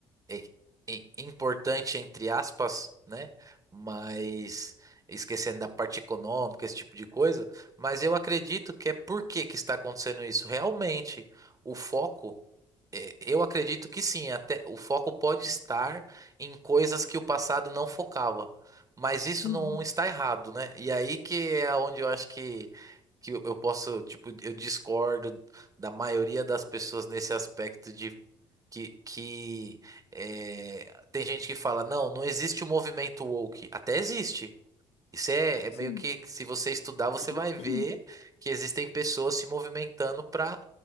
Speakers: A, on the right (about 25°); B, on the left (about 45°).
A: é- é importante, entre aspas, né? Mas esquecendo da parte econômica, esse tipo de coisa. Mas eu acredito que é por que que está acontecendo isso. Realmente, o foco, é, eu acredito que sim, até o foco pode estar em coisas que o passado não focava. Mas isso
B: Uhum.
A: não está errado, né? E aí que é onde eu acho que, que eu eu posso, tipo, eu discordo da maioria das pessoas nesse aspecto de que, que é, tem gente que fala, não, não existe o movimento woke. Até existe. Isso é, é
B: Sim.
A: meio que, se você estudar, você
B: <clears throat>
A: vai ver que existem pessoas se movimentando para